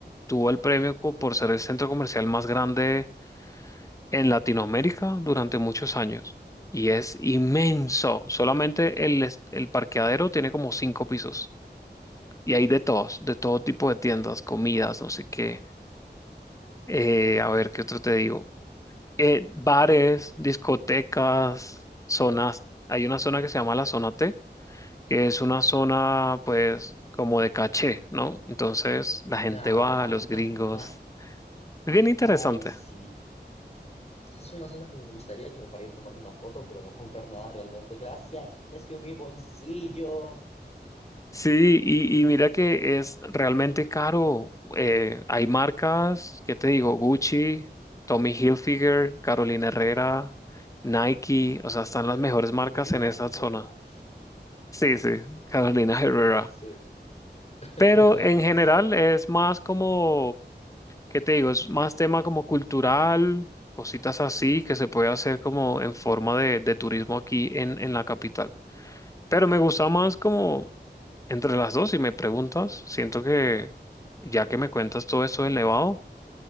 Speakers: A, on the left (about 15°); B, on the left (about 35°).
A: tuvo el premio co- por ser el centro comercial más grande en Latinoamérica durante muchos años. Y es inmenso. Solamente el, est- el parqueadero tiene como cinco pisos. Y hay de todos, de todo tipo de tiendas, comidas, no sé qué. Eh, a ver, ¿qué otro te digo? Eh, bares, discotecas, zonas. Hay una zona que se llama la zona T que es una zona pues como de caché, ¿no? Entonces la gente
B: Ah,
A: va, los gringos.
B: <laughs>
A: Es Bien interesante.
B: ay, sí. Esa es una zona que me gustaría como para ir a tomarme una foto, pero no comprar nada realmente. Gracias. Aprecio mi bolsillo.
A: Sí, y, y mira que es realmente caro. Eh, hay marcas, ¿qué te digo? Gucci, Tommy Hilfiger, Carolina Herrera, Nike, o sea, están las mejores marcas
B: Carolina
A: en esa
B: Ferrera.
A: zona. Sí, sí, Carolina Herrera.
B: Sí. <laughs>
A: Pero en general es más como ¿Qué te digo? Es más tema como cultural, cositas así que se puede hacer como en forma de, de turismo aquí en, en la capital. Pero me gusta más como entre las dos, si me preguntas, siento que ya que me cuentas todo esto del Nevado,